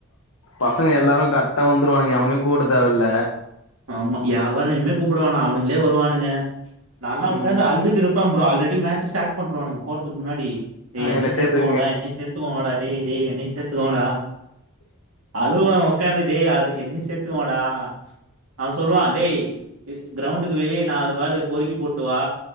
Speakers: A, on the left; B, on the right.
A: பசங்க எல்லாரு கரெக்டா வந்துருவானுங்க எவனையு கூப்ட தேவல்ல
B: ஆமா யவரயுமே கூப்படவேனா அவனுங்களே வருவானுங்க நான்ல்லா
A: ம்
B: உக்காந்து அழுதுட்ருப்பே ப்ரோ ஆல்ரெடி மேட்ச் ஸ்டார்ட் பண்றுவாங்க போறதுக்கு முன்னாடி டேய்
A: ஆ
B: என்னயு
A: என்ன சேத்துக்குங்க
B: சேத்துக்கோங்கடா என்னயு சேத்துக்கோங்கடா டேய் டேய் என்னையு சேத்துக்கோங்கடா அழுவ உக்காந்து டேய் என்னயு சேத்துக்கோங்கா டா அவ சொல்லுவா டேய் கிரௌண்டுக்கு வெளிய நாலு பாலு பொறுக்கி போட்டுவா